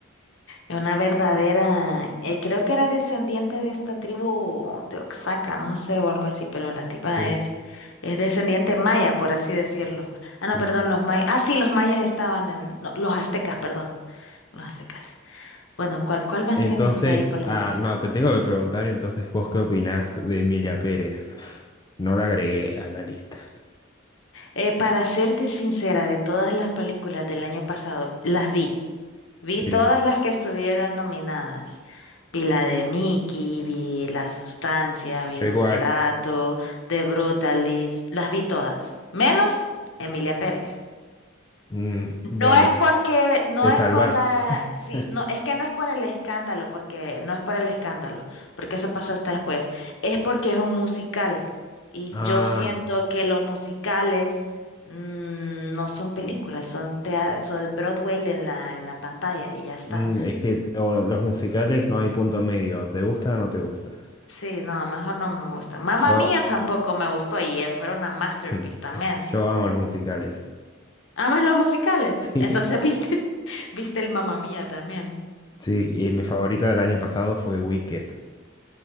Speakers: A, on the left (about 70°); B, on the left (about 20°).
A: Una verdadera, eh, creo que era descendiente de esta tribu de Oaxaca, no sé, o algo así, pero la tipa
B: Sí,
A: es, es descendiente maya, por así decirlo. Ah,
B: sí.
A: no, perdón, los mayas. Ah, sí, los mayas estaban en, no, los aztecas, perdón, los aztecas. Bueno, ¿cuál, cuál más
B: Entonces,
A: tienes por ahí por la
B: ah,
A: lista?
B: no, te tengo que preguntar entonces vos qué opinás de Emilia Pérez. No la agregué a la lista.
A: Eh, para serte sincera, de todas las películas del año pasado, las vi. Vi
B: Sí,
A: todas las que estuvieron nominadas. Vi la de Mickey, vi La Sustancia, vi
B: yo
A: Nosferatu,
B: igual.
A: The Brutalist, las vi todas, menos Emilia Pérez.
B: Mm, bueno,
A: No es porque, no
B: te
A: es
B: salvaste.
A: por la, sí,
B: <laughs>
A: no, es que no es por el escándalo, porque no es por el escándalo, porque eso pasó hasta después. Es porque es un musical y
B: Ah,
A: yo siento que los musicales mm, no son películas, son, tea- son Broadway en la, en la pantalla y ya está.
B: mm, es que o los musicales no hay punto medio. ¿Te gusta o no te gusta?
A: Sí, no, mejor no me gustan. Mamma
B: Yo,
A: Mía tampoco me gustó y eh, fueron una masterpiece
B: <laughs>
A: también.
B: yo amo los musicales.
A: Amas los musicales.
B: <laughs> Sí,
A: Entonces, <laughs> ¿viste? ¿Viste el Mamma Mía también?
B: sí, y mi favorita del año pasado fue Wicked.